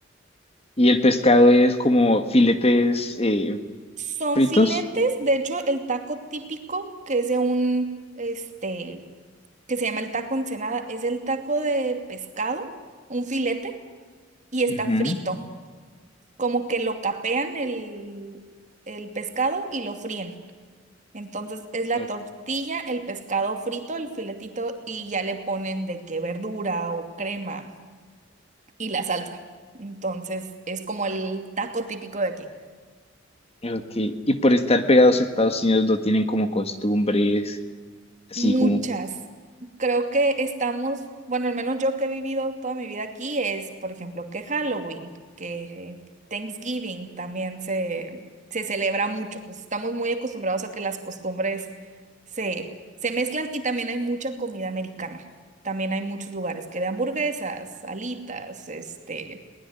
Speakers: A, on the left; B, on the right.
A: y el pescado es como filetes eh,
B: Son
A: fritos.
B: filetes, de hecho, el taco típico que es de un, este, que se llama el taco Ensenada, es el taco de pescado, un filete, y está
A: Ujú.
B: frito. Como que lo capean el, el pescado y lo fríen. Entonces es la
A: O-
B: tortilla, el pescado frito, el filetito, y ya le ponen de que verdura o crema. y la salsa. Entonces, es como el taco típico de aquí.
A: Ok. Y por estar pegados a Estados Unidos no tienen como costumbres, así
B: Muchas.
A: como
B: Creo que estamos, bueno, al menos yo que he vivido toda mi vida aquí es, por ejemplo, que Halloween, que Thanksgiving también se, se celebra mucho. O sea, estamos muy acostumbrados a que las costumbres se, se mezclan y también hay mucha comida americana. También hay muchos lugares que de hamburguesas, alitas, este,